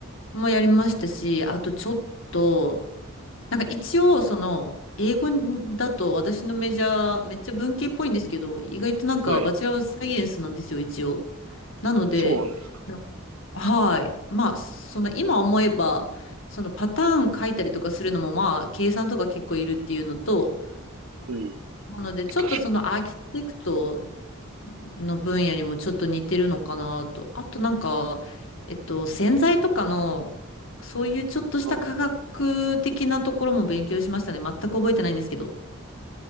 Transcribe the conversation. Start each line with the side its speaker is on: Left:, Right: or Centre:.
Left: もやりましたし、あとちょっと、なんか一応、その、英語だと私のメジャー、めっちゃ文系っぽいんですけど、意外となんかバチェラーサイエンスなんですよ、
Right: ー、はい。
Left: 一応。なので、
Right: そうなんです。
Left: なはい。まあ、その今思えば、そのパターン書いたりとかするのもまあ、計算とか結構いるっていうのと、
Right: うん。
Left: なので、ちょっとそのアーキテクト
Right: 確か、
Left: の分野にもちょっと似てるのかなと。あとなんか、えっと、洗剤とかの、そういうちょっとした科学的なところも勉強しましたね。
Right: ああ、
Left: 全く覚えてないんですけど。